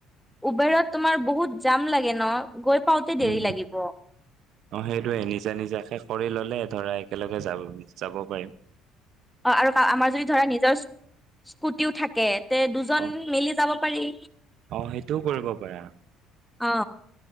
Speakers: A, in the centre; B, on the right (about 65°).
A: উবেৰত। তোমাৰ বহুত যাম লাগে ন। গৈ পাওঁতে দেৰি
B: উম
A: লাগিব।
B: অ' সেইটোয়ে নিজা নিজাকে কৰি ল'লে। ধৰা একেলগে যাব যাব পাৰিম।
A: অ' আৰু আমাৰ যদি ধৰা নিজৰ স্কুটিও থাকে তে দুজন
B: অ
A: মিলি যাব পাৰি
B: অ সেইটোও কৰিব পাৰা
A: অ।